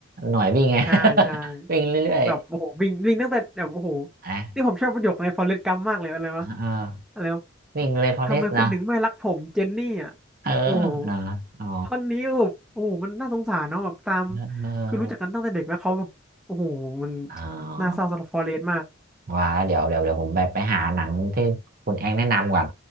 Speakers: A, on the right (about 45°); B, in the centre.
A: หน่วยวิ่งไง
B: ใช่ใช่
A: <laughs> วิ่งเรื่อย
B: แบบโอ้โหวิ่งวิ่งตั้งแต่แบบโอ้โห
A: แอค
B: นี่ผมชอบประโยคในฟอเรสต์กัมมากเลยอะไรวะ
A: เออ
B: อะไรวะ
A: วิ่งเลยพอเลสนะ
B: ทำไมคุณถึงไม่รักผมเจนนี่อ่ะ
A: เออ
B: โอ้โห
A: นะอ๋อ
B: ท่อนนี้แบบโอ้โหมันน่าสงสารเนาะแบบตาม
A: เออ
B: คือรู้จักกันตั้งแต่เด็กแล้วเขาแบบโอ้โหมัน
A: อ๋อ
B: น่าเศร้าสำหรับฟอเรสต์มาก
A: ว่าแล้วเดี๋ยวเดี๋ยวเดี๋ยวผมแบบไปหาหนังที่คุณแองแนะนำก่อน